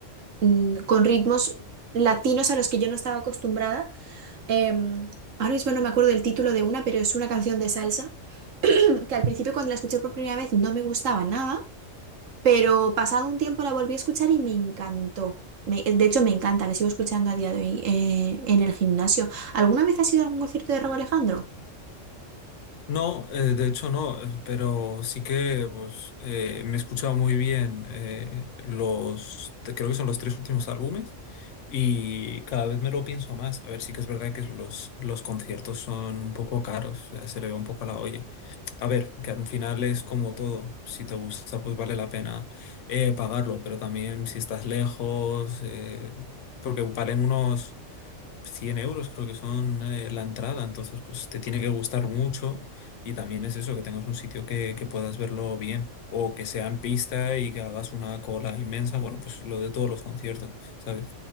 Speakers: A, on the right; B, on the left.
A: mm, con ritmos latinos a los que yo no estaba acostumbrada Em, ahora mismo no me acuerdo del título de una, pero es una canción de salsa mm, que al principio cuando la escuché por primera vez no me gustaba nada, pero pasado un tiempo la volví a escuchar y me encantó. Me- de hecho, me encanta, la sigo escuchando a día de hoy eh, en el gimnasio. ¿Alguna vez has ido a algún concierto de Rauw Alejandro?
B: No, eh, de hecho no, eh, pero sí que pues eh, me he escuchado muy bien eh, los, te- creo que son los tres últimos álbumes y cada vez me lo pienso más. A ver, sí que es verdad que los, los conciertos son un poco caros, eh, se le ve un poco a la olla. A ver, que al final es como todo, si te gusta pues vale la pena eh, pagarlo, pero también si estás lejos, eh, porque valen unos 100 euros creo que son eh, la entrada, entonces pues te tiene que gustar mucho y también es eso, que tengas un sitio que, que puedas verlo bien o que sea en pista y que hagas una cola inmensa, bueno, pues lo de todos los conciertos, ¿sabes?